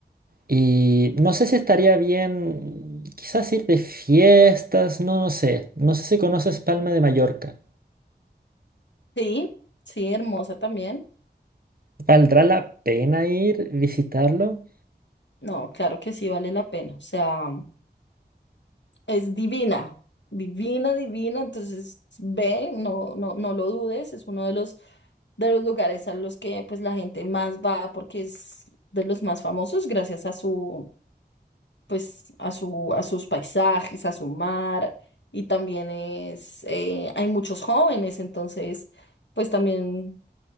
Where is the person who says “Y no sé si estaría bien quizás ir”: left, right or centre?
Right